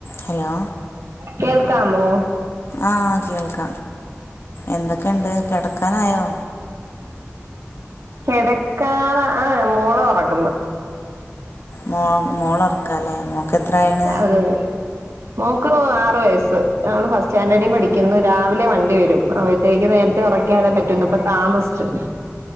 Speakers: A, on the left (about 60°); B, on the right (about 75°).
A: ഹലോ
B: കേൾക്കാമോ
A: ആഹ് കേൾക്ക എന്തൊക്കെണ്ട് കെടക്കാനായോ
B: കിടക്കാറ ആ മോളൊറങ്ങ്ന്ന്
A: മോൾ മോളറൊക്കല്ലേ മോ എത്രായിണ്
B: അതെ അതെ മോക്ക് ആറ് വയസ്സ് അവള് ഫസ്റ്റ് സ്റ്റാൻഡേഡിൽ പഠിക്കുന്ന് രാവിലെ വണ്ടി വരും അവ ത്തേക്ക് നേര്ത്തെ ഒറയ്ക്ക്യാലേ പറ്റു പ്പതാമസ്ച്ചു